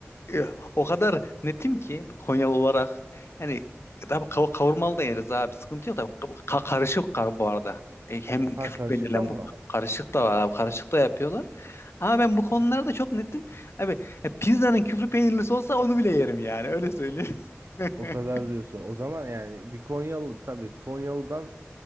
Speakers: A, on the left; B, on the right.
A: e, e, o kadar netim ki Konyalı olarak yani tabii kav- kavurmalı da yeriz abi sıkıntı yok da ka- karışık kar bu arada. E, Hem
B: Ha
A: küflü
B: karışıkta
A: belirlem
B: mı
A: bu
B: var?
A: karışık da var abi karışık da yapıyorlar. Ama ben bu konularda çok netim. Abi e, pizzanın küflü peynirlisi olsa onu bile yerim yani öyle söyleyeyim. <laughs>
B: O kadar diyorsun. O zaman yani bir Konyalı tabii Konyalı'dan